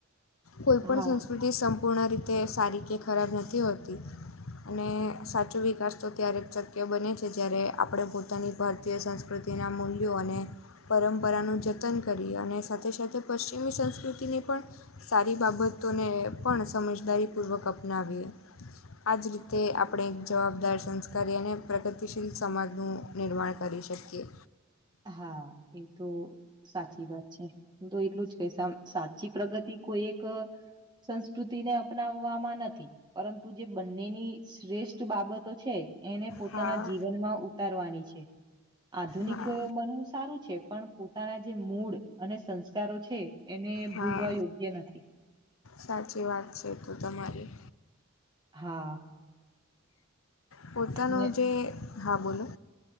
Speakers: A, on the left; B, on the right.
A: કોઈપણ
B: હા
A: સંસ્કૃતિ સંપૂર્ણ રીતે સારી કે ખરાબ નથી હોતી. અને સાચો વિકાસ તો ત્યારે જ શક્ય બને છે જ્યારે આપણે પોતાની ભર ભારતીય સંસ્કૃતિના મૂલ્યો અને પરંપરાનું જતન કરી અને સાથે સાથે પશ્ચિમી સંસ્કૃતિની પણ સારી બાબતોને પણ સમજદારીપૂર્વક અપનાવીએ. આ જ રીતે આપણે એક જવાબદાર સંસ્કારી અને પ્રગતિશીલ સમાજનું નિર્માણ કરી શકીએ.
B: હા એ તો સાચી વાત છે તો એટલું જ કે સાચી પ્રગતિ કોઈ એક સંસ્કૃતિ ને અપનાવવામાં નથી પરંતુ જે બંનેની શ્રેષ્ઠ બાબતો છે એને પોતાના
A: હા
B: જીવનમાં ઉતારવાની છે. આધુનિક
A: હા
B: બ સારું છે પણ પોતાના જે મૂળ અને સંસ્કારો છે. એને
A: હા
B: ભૂલવા યોગ્ય નથી.
A: સાચી વાત છે એ તો તમારી.
B: હા.
A: પોતાનું
B: અને
A: જે હા બોલો